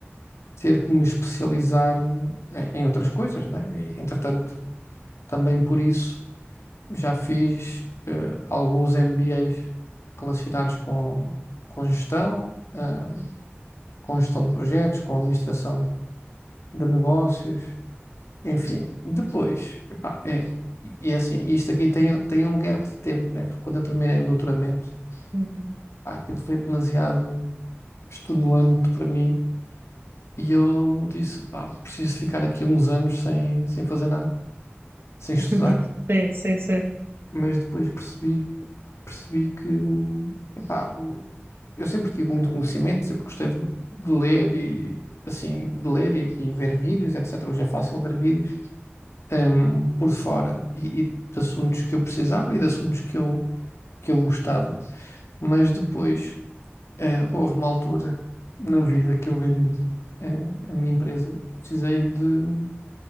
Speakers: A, on the left; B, on the right.
A: ter que me especializar em, em outras coisas, né? E, entretanto, também por isso já fiz eh, alguns MBAs relacionados com, com gestão, ah, com gestão de projetos, com administração de negócios, Enfim, depois, epá, é, e e assim, isto aqui tem, tem um gap de tempo, né? Porque quando eu terminei o doutoramento,
B: Uhum.
A: pá, aquilo foi demasiado extenuante para mim e eu disse, pá, preciso ficar aqui uns anos sem, sem fazer nada, sem estudar.
B: <laughs> Sim, sim, sim.
A: Mas depois percebi, percebi que, hum, epá, o- eu sempre tive muito conhecimento, sempre gostei de, de ler e, assim, de ler e, e ver vídeos, etc. Hoje é fácil ver vídeos hum, por fora e, e de assuntos que eu precisava e de assuntos que eu, que eu gostava. Mas depois, eh, houve uma altura na vida que eu vendi, eh, a minha empresa e precisei de.